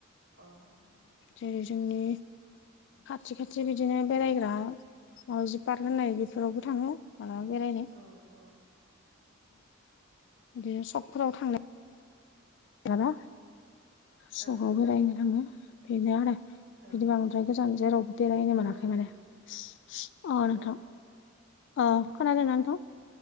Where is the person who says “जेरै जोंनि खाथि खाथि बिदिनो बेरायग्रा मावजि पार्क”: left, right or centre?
Left